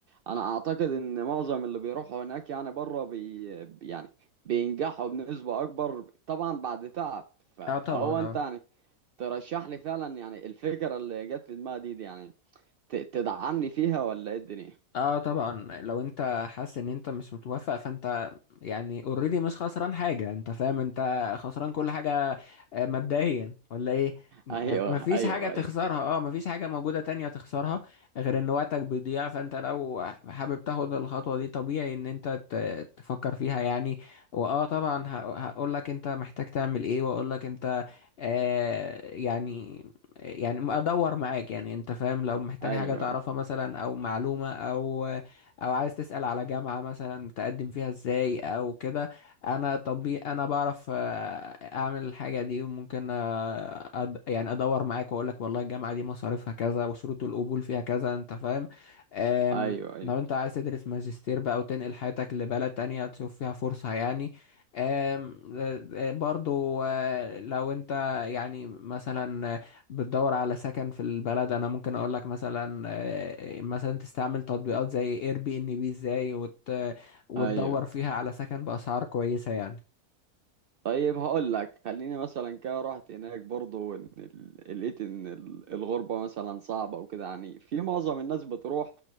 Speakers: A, on the right; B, on the left.
A: انا اعتقد ان معظم اللي بيروحوا هناك يعني بره بي يعني بينجحوا بنسبة اكبر طبعا بعد تعب ف- فهو
B: اه طبعا
A: انت
B: اه
A: يعني ترشح لي فعلا يعني الفكرة اللي جت في دماغي دي, دي يعني ت- تدعمني فيها ولا ايه الدنيا
B: اه طبعا لو انت حاسس ان انت مش متوافق فانت يعني اوريدي مش خسران حاجة انت فاهم انت خسران كل حاجة آه، مبدئيا ولا ايه م-
A: ايوه
B: مفيش
A: ايوه
B: حاجة تخسرها
A: ايوه
B: اه مفيش حاجة موجودة تانية تخسرها غير ان وقتك بيضيع فانت لو حابب تاخد الخطوة دي طبيعي ان انت ت- تفكر فيها يعني واه طبعا هقول لك انت محتاج تعمل ايه واقول لك انت آه يعني يعني ادور معاك يعني انت فاهم لو محتاج
A: ايوه
B: حاجة تعرفها مثلا او معلومة او او عايز تسأل على جامعة مثلا تقدم فيها ازاي او كده انا طبيب انا بعرف آه، اعمل الحاجة دي وممكن آه، أد... يعني ادور معاك واقول لك والله الجامعة دي مصاريفها كذا وشروط القبول فيها كذا انت فاهم آم،
A: ايوه ايوه
B: لو انت عايز تدرس ماجستير بقى وتنقل حياتك لبلد تانية تشوف فيها فرصة يعني آم، آه، آه، برضو آه، لو انت يعني مثلا بتدور على سكن في البلد انا ممكن اقول لك مثلا آه، مثلا تستعمل تطبيقات زي اير بي ان بي ازاي وت... وتدور
A: ايوه
B: فيها على سكن باسعار كويسة يعني
A: طيب هقول لك خليني مثلا كده رحت هناك برضه إن ال- لقيت ان ال- الغربة مثلا صعبة وكده يعني في معظم الناس بتروح